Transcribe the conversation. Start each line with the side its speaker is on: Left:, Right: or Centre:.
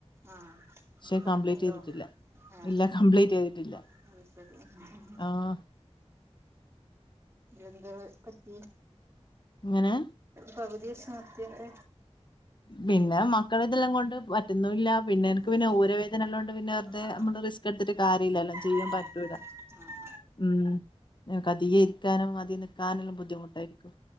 Right: ആഹ്
Left: പക്ഷെ
Right: പഠിക്ക്ണ്ടോ
Left: കംപ്ലീറ്റ് ചെയ്തിട്ടില്ല.
Right: ആഹ്
Left: ഇല്ല
Right: ആഹ്
Left: കംപ്ലീറ്റ് ചെയ്തിട്ടില്ല.
Right: അത് ശരി ആഹ് ആ.
Left: ആഹ്
Right: എന്ത പറ്റ്യേ?
Left: എങ്ങനെ?
Right: പകുതിവെച്ച് നിർത്യന്റെ,
Left: പിന്നെ മക്കള ഇതെല്ലാം കൊണ്ട് പറ്റുന്നുല്ല. പിന്നെ എനിക്ക് പിന്നെ
Right: ആഹ്
Left: ഊര അതിനൊള്ളണ്ട് പിന്നെ വെറുതെ
Right: ആഹ്
Left: നമ്മള് റിസ്ക് എടുത്തിട്ട് കാരില്ലാല്ലോ. ചെയ്യൻ
Right: ആഹ്
Left: പറ്റൂല.
Right: ശരി ആഹ്
Left: ഉം നിക്ക് അധിക ഇരിക്കാനും, അധികം നിക്കാനുംല്ലാം ബുദ്ധിമുട്ടായിരിക്കും.